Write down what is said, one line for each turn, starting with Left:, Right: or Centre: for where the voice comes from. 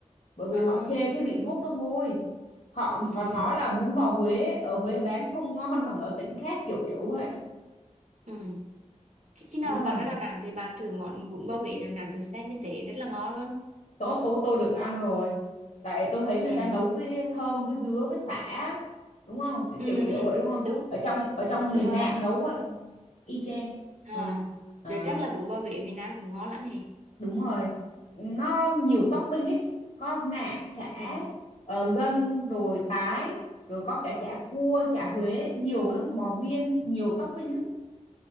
Left: bởi vì
Right: À,
Left: họ chê cái vị ruốc nó hôi họ
Right: ừ,
Left: còn
Right: ừ,
Left: nói là bún bò Huế ở Huế bán không ngon <laughs> bằng ở tỉnh khác kiểu kiểu vậy
Right: ừ. Khi khi nào
Left: đúng
Right: mà
Left: rồi
Right: bạn ra Đà Nẵng thì bạn thử món bún bò Huế Đà Nẵng từ xem bên tế rất là ngon luôn.
Left: tôi tôi tôi được ăn rồi tại tôi thấy người
Right: Ừ,
Left: ta nấu với thơm với dứa với sả đúng không cái
Right: ừ,
Left: kiểu kiểu
Right: ừ.
Left: vậy đúng không
Right: Đúng,
Left: ở trong ở trong
Right: đúng
Left: miền
Right: rồi
Left: Nam
Right: bạn.
Left: nấu vậy y chang
Right: À,
Left: ừ Ờ,
Right: rồi chắc là bún bò Huế miền Nam cũng ngon lắm hề.
Left: đúng rồi nó nhiều topping ấy có nạm chả
Right: Ừ.
Left: ờ, gân rồi tái rồi có cả chả cua chả Huế nhiều lắm bò viên nhiều topping lắm